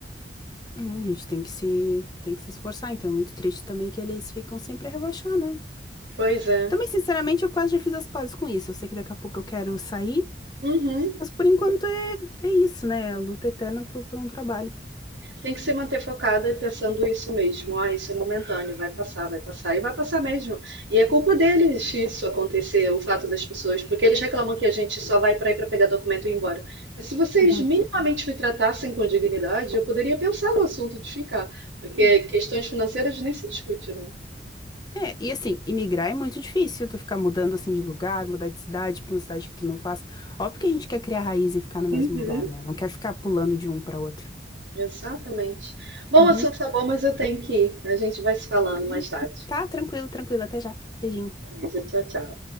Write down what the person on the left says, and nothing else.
Hum, A gente tem que se, tem que se esforçar, então é muito triste também que eles ficam sempre a rebaixar, né?
Também, sinceramente, eu quase já fiz as pazes com isso. Eu sei que daqui a pouco eu quero sair,
mas por enquanto é, é isso, né? É A luta eterna por, por um trabalho.
Uhum.
Hum.
É, e assim, imigrar é muito difícil, tu ficar mudando assim de lugar, mudar de cidade pra uma cidade que tu não faz. Óbvio que a gente quer criar raiz e ficar no mesmo
lugar, né? Não quer ficar pulando de um pra outro.
Uhum.
Uhum.
Tá, tranquilo, tranquilo, até já. Beijinho.